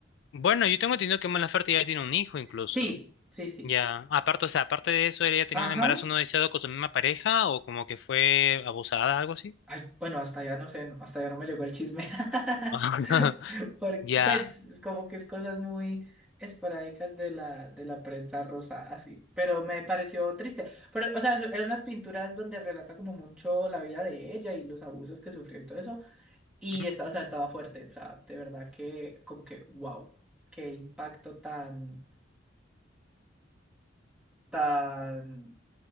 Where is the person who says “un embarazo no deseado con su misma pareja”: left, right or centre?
Left